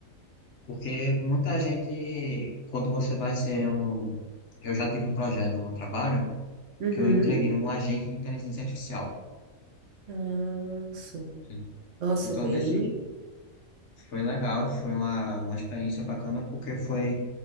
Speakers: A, on the left (about 60°); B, on the right (about 65°).
A: Porque muita gente, quando você vai ser um. Eu já tive um projeto no trabalho
B: Uhum.
A: que eu entreguei um agente de inteligência artificial.
B: Nossa.
A: né?
B: Nossa,
A: Então,
B: bem.
A: desse foi legal, foi uma, uma experiência bacana, porque foi,